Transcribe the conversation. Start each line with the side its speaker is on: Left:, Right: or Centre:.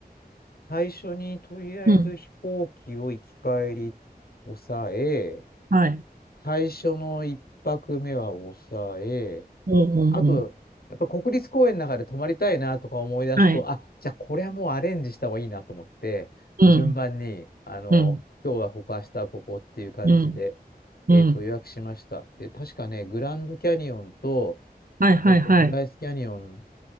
Left: 最初に、とりあえず飛行機を行き帰り抑え、
Right: うん。はい。
Left: 最初の一泊目は抑え、
Right: うん。
Left: あと、
Right: うん。
Left: やっぱ国立公園の中で泊まりたいなとか思い出すと、
Right: うんはい。
Left: あ、じゃあこれはもうアレンジした方がいいなと思って、
Right: うん。
Left: 順番に、あの、
Right: うん。
Left: 今日はここ、明日はここっていう感じで、
Right: うん。
Left: えっと、
Right: うん。
Left: 予約しました。で、確かね、グランドキャニオンと、
Right: はい。はい。
Left: えっと、
Right: はい。
Left: ブライスキャニオン